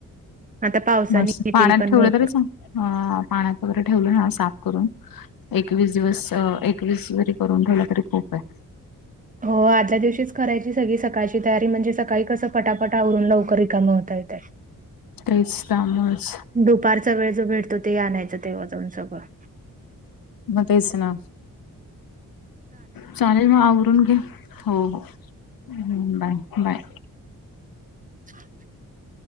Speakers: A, on the right; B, on the left.
A: आता पावसाने
B: मस्त
A: येतील
B: पाण्यात
A: पण
B: ठेवलं
A: भरपूर.
B: तरी चांग अ पाण्यात वगैरे ठेवलं ना, साफ करून एकवीस-दिवस, अ एकवीस जरी करून ठेवला तरी खूप ये.
A: हो आदल्या दिवशीच करायची सगळी सकाळची तयारी, म्हणजे सकाळी कसं पटापट आवरून लवकर रिकाम होता येतय.
B: त्रेसता मस.
A: दुपारचा वेळ जो भेटतो ते आणायचं, तेव्हा जाऊन सगळं.
B: म तेच ना, चालेल मग आवरून घे. हो हो, हम्म बाय बाय
A: <inaudible>